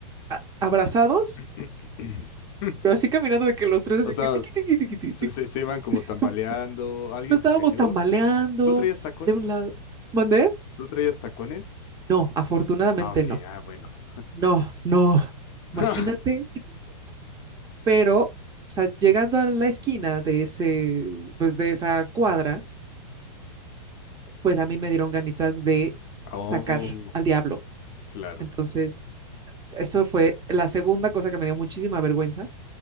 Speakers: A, on the right; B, on the left.
A: a- abrazados,
B: <clears throat>
A: pero así caminando de que los tres
B: O
A: así
B: sea,
A: que tiqui, tiqui, tiqui, tiqui,
B: se,
A: tiqui.
B: se, se iban como
A: <laughs>
B: tambaleando, alguien
A: Nos estábamos
B: se cayó
A: tambaleando
B: ¿Tú traías tacones?
A: de un lado. ¿Mandé?
B: ¿Tú traías tacones?
A: No, afortunadamente
B: Ah, ok,
A: no.
B: ah, bueno.
A: No, no.
B: <laughs>
A: Imagínate pero, o sea, llegando a la esquina de ese, pues de esa cuadra, pues a mí me dieron ganitas de
B: Oh,
A: sacar al diablo.
B: claro,
A: Entonces, eso fue la segunda cosa que me dio muchísima vergüenza.